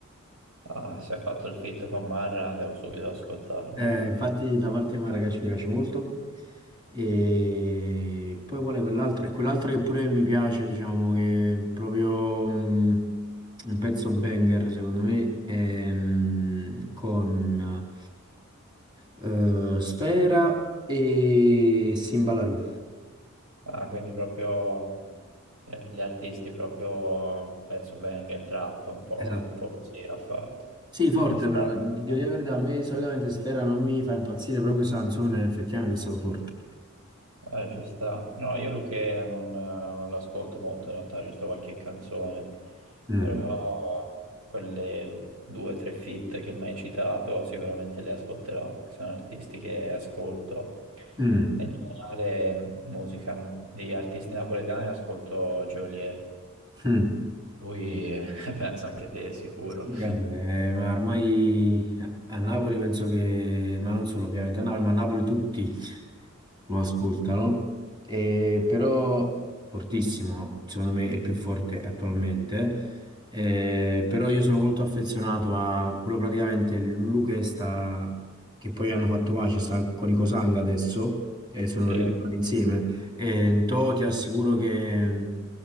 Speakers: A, on the right; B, on the right.
A: Ah, si è fatto il feat con Marra, devo subito ascoltarlo
B: Eh,
A: quello.
B: infatti la parte di Marrakesh mi piace molto e poi qual è quell'altro? E quell'altro che pure mi piace, diciamo che è proprio mm, un pezzo banger secondo me è, mm, con eh, Sfera e Simbalarù.
A: Ah, quindi proprio eh, gli artisti, proprio pezzo banger, trap, un po',
B: Esatto.
A: un po' così ha fatto.
B: Sì, forte
A: Ci sta.
B: però, di
A: ci sta.
B: devo dire la verità, a me solitamente Sfera non mi fa impazzire, però questa canzone effettivamente è stato forte.
A: Eh, ci sta. No, io Luchè non, non l'ascolto molto in realtà, giusto qualche canzone,
B: Mm.
A: però quelle due o tre feat che mi hai citato sicuramente le ascolterò, che sono artisti che ascolto.
B: Mm.
A: In generale musica di artisti napoletani ascolto Geolier,
B: Mm.
A: lui <laughs> pensa anche te sicuro.
B: Sì,
A: <laughs>
B: vabbè, ma ormai a a Napoli penso che, ma non solo ovviamente a Napoli, ma a Napoli tutti lo ascoltano, E però fortissimo, secondo me è il più forte attualmente, Eh, però io sono molto affezionato a quello praticamente Luque sta, che poi hanno fatto pace, sta con i Cosanga adesso e sono
A: Sì.
B: Mm. ritornati insieme. Eh, Tò, ti assicuro che